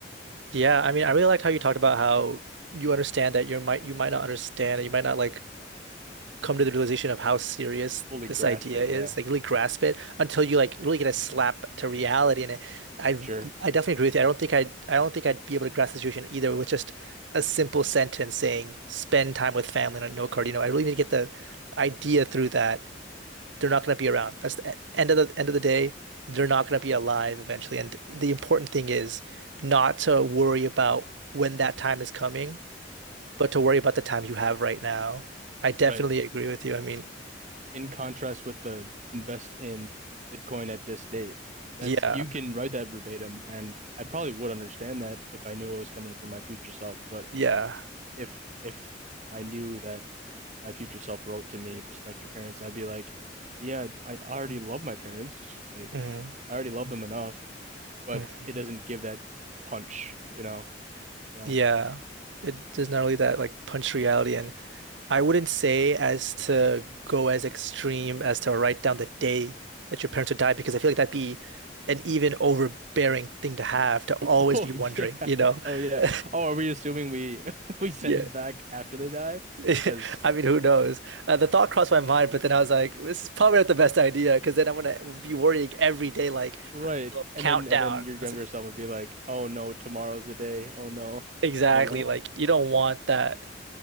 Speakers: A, on the right (about 85°); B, on the right (about 40°).
A: Yeah, I mean, I really liked how you talked about how you understand that you might you might not understand, you might not like come to the realization of how serious
B: fully
A: this
B: grasp
A: idea
B: it?
A: is,
B: Yeah,
A: like really grasp it until you like really get a slap to reality in it. I
B: sure,
A: I definitely agree with you. I don't think I'd I don't think I'd be able to grasp the situation either with just a simple sentence saying spend time with family on a note card. You know, I really need to get the idea through that they're not going to be around. That's the e- end of the end of the day. They're not going to be alive eventually. And the important thing is not to worry about when that time is coming, but to worry about the time you have right now. I definitely
B: right.
A: agree with you. I mean,
B: In contrast with the invest in Bitcoin at this date, that's
A: Yeah,
B: you can write that verbatim, and I probably would understand that if I knew it was coming from my future self. But
A: yeah.
B: if if I knew that my future self wrote to me, respect your parents, I'd be like, yeah, I already love my parents. Like,
A: hmm
B: I already love them enough, but
A: hmm
B: it doesn't give that punch, you know? So,
A: Yeah. It does not really that like punch reality and I wouldn't say as to go as extreme as to write down the day that your parents would die because I feel like that'd be an even overbearing thing to have to always
B: <laughs> oh
A: be wondering,
B: yeah,
A: you know?
B: oh yeah.
A: <laughs>
B: Oh, are we assuming we <laughs> we send
A: Yeah.
B: it back after they die?
A: <laughs>
B: Because
A: I mean, who knows? Uh, the thought crossed my mind, but then I was like, this is probably not the best idea because then I'm gonna be worrying every day, like
B: right,
A: having a little
B: and
A: countdown.
B: then and then your younger
A: I was like,
B: self would be like, oh no, tomorrow's the day. Oh no,
A: exactly,
B: oh no.
A: like you don't want that.